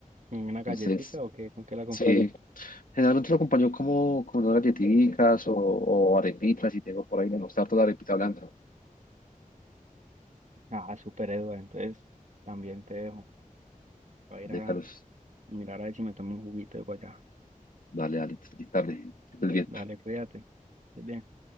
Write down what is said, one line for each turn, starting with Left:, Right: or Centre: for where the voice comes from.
Right: ¿En ¿Una galletita
Left: Entonces,
Right: o qué? ¿Con qué la acompaña?
Left: sí, generalmente lo acompaño como con unas galletitas o, o arepitas, si tengo por ahí, me gusta harto la arepita blanca.
Right: Ah, súper, Eduardo. Entonces, también te dejo. Voy
Left: Vale,
Right: a ir a
Left: Carlos,
Right: mirar a ver si me tomo un juguito de guayaba.
Left: dale, dale, feliz tarde. Que estés bien.
Right: Dale, cuídate. Estés bien.